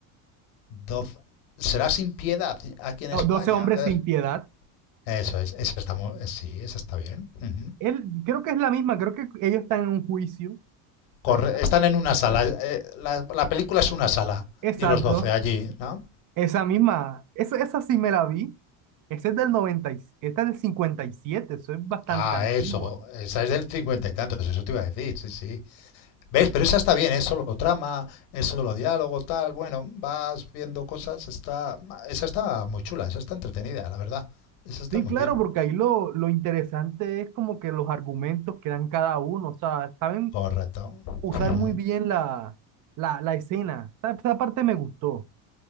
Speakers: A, on the left; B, on the right.
A: doce, será sin piedad aquí en
B: No,
A: España.
B: 12 hombres
A: A ver.
B: sin piedad.
A: Eso es, eso está mu- eh, sí, eso está bien. Ujú.
B: Él, creo que es la misma, creo que ellos están en un juicio,
A: Corre-
B: ¿verdad?
A: están en una sala. eh, la, la película es una sala
B: Exacto,
A: y los 12 allí, ¿no?
B: esa misma, esa, esa sí me la vi. Esa es del 90, y- esta es del 57, eso es bastante
A: Ah,
B: antigua.
A: eso. Esa es del 50 y tantos, eso te iba a decir, sí, sí. Veis, Pero esa está bien, es solo trama, es solo diálogo, tal. Bueno, vas viendo cosas. Está... Esa está muy chula, esa está entretenida, la verdad. Esa está
B: Sí,
A: muy
B: claro,
A: bien.
B: porque ahí lo, lo interesante es como que los argumentos que dan cada uno, o sea, saben
A: Correcto.
B: usar
A: Ujú,
B: muy bien la, la, la escena. Esa, esa parte me gustó.